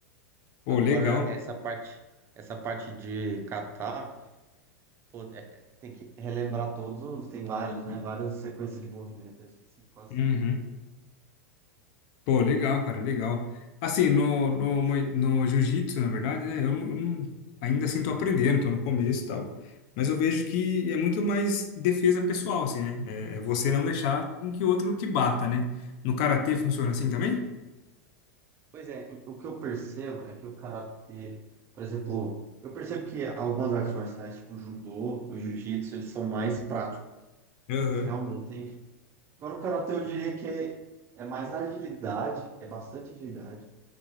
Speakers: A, on the left; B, on the right.
A: Pô,
B: Agora
A: legal.
B: essa parte, essa parte de kata, pô, é- tem que relembrar todos os, tem vários, né? Várias sequências de movimento. Eu esqueci quase
A: Uhum.
B: tudo.
A: Pô, legal, cara. Legal. Assim, no, no, moi- no jiu-jitsu, na verdade, né? Eu, não- eu não- ainda assim tô aprendendo, tô no começo e tal. Mas eu vejo que é muito mais defesa pessoal, assim, né? É, é você não deixar com que o outro te bata, né? No karatê funciona assim também?
B: Pois é, o que eu percebo é que o karatê, por exemplo, eu percebo que algumas artes marciais, tipo judô, o jiu-jitsu, eles são mais práticos.
A: Aham.
B: Eles realmente Agora, o karatê eu diria que é é mais agilidade, é bastante agilidade.